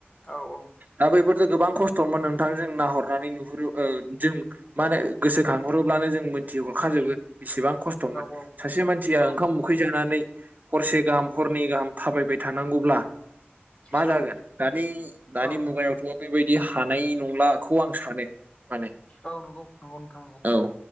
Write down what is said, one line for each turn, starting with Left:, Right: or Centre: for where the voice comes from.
Left: औ औ
Right: दा बैफोरजों गोबां खस्थ'मोन नोंथां जों नाहरनानै नुहुरो ओ जों मा होनो गोसोखांहरोब्लानो जों मोनथि हरखाजोबो बेसेबां खस थ'मोन
Left: औ
Right: सासे मानसिया
Left: औ
Right: ओंखाम उखै जानानै हरसे गाहाम हरनै गाहाम थाबायबाय थानांगौब्ला मा
Left: औ
Right: जागोन दानि दानि
Left: औ
Right: मुगायावथ' बेबायदि हानाय नंलाखौ आं सानो माने।
Left: औ नंगौ नंगौ नोंथां नंगौ।
Right: औ